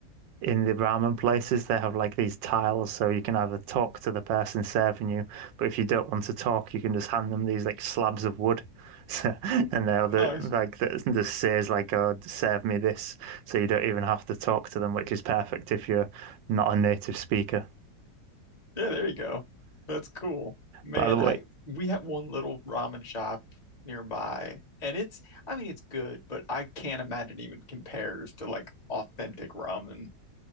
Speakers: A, on the right (about 85°); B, on the left (about 30°).
A: in the ramen places, they have like these tiles, so you can either talk to the person serving you, but if you don't want to talk, you can just hand them these like slabs of wood. <laughs> So, and they'll the,
B: Nice.
A: like that just says like, "Oh, serve me this," so you don't even have to talk to them, which is perfect if you're not a native speaker.
B: Yeah, there you go. That's cool. Man,
A: By the way,
B: I we have one little ramen shop nearby and it's I mean it's good, but I can't imagine even compares to like authentic ramen.